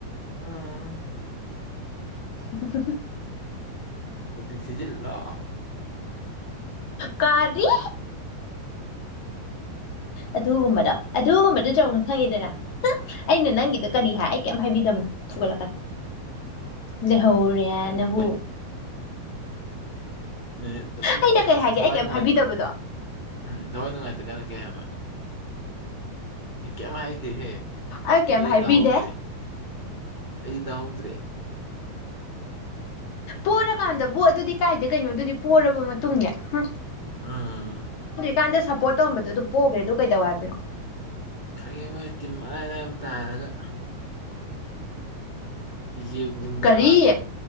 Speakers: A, on the right; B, on the left.
A: ꯎꯝ
B: <unintelligible>
A: ꯈꯨꯨꯗꯤ ꯊꯤꯖꯤꯜꯂꯣ
B: ꯀꯥꯔꯤ ꯑꯗꯨꯒꯨꯝꯕꯗꯣ ꯑꯗꯨꯒꯨꯝꯕꯗꯣ ꯇꯧꯅꯨ ꯈꯪꯉꯦꯗꯅ ꯑꯩꯅ ꯅꯪꯒꯤꯗ ꯀꯔꯤ ꯍꯥꯏ ꯑꯩ ꯀꯩꯝ ꯍꯥꯏꯕꯤꯗꯕꯅꯦ ꯐꯨꯒꯠꯂꯛꯀꯥꯅꯤ ꯂ ꯍꯧꯔꯦ ꯍꯤꯏꯌꯦꯅꯕꯨ
A: ꯎꯝ ꯔꯦ ꯑꯗꯨ
B: ꯑꯩꯅ
A: ꯎ
B: ꯀꯩ ꯍꯥꯏꯒꯦ
A: ꯊꯋꯥꯏ
B: ꯑꯩ ꯀꯩꯝ
A: ꯅꯨꯡꯉꯥꯏ
B: ꯍꯥꯏꯕꯤꯗꯕꯗꯣ
A: ꯎꯝ ꯊꯋꯥꯏ ꯅꯨꯡꯉꯥꯏꯇ ꯀꯥꯟꯗ ꯀꯩ ꯍꯥꯏꯕ ꯏ ꯀꯩꯝ ꯍꯥꯏꯗꯦꯍꯦ
B: ꯑꯩ ꯀꯩꯝ
A: ꯑꯩꯗꯤ
B: ꯍꯥꯏꯕꯤꯗꯦ
A: ꯇꯥꯍꯧꯗ꯭ꯔꯦ ꯑꯩꯗꯤ ꯇꯥꯍꯧꯗ꯭ꯔꯦ
B: ꯄꯣꯔꯀꯥꯟꯗꯕꯨ ꯑꯗꯨꯗꯤ ꯀꯥꯏꯗ ꯀꯩꯅꯣ ꯑꯗꯨꯗꯤ ꯄꯣꯔꯕ ꯃꯇꯨꯡꯅꯦ ꯍꯨꯡ
A: ꯎꯝ
B: ꯀꯥꯟꯗ ꯁꯞꯄꯣꯔꯠ ꯇꯧꯔꯝꯕꯗꯨ ꯑꯗꯨ ꯄꯣꯛꯈ꯭ꯔꯦ ꯗꯨ ꯀꯩꯗꯧ ꯍꯥꯏꯕꯅꯣ
A: ꯈꯪꯉꯦ ꯃꯣꯏ ꯇꯤꯝ ꯑꯔꯥꯏ ꯑꯔꯥꯏꯕ ꯇꯥꯔꯒ ꯏꯖꯤꯞꯒꯨꯝꯕ
B: ꯀꯔꯤ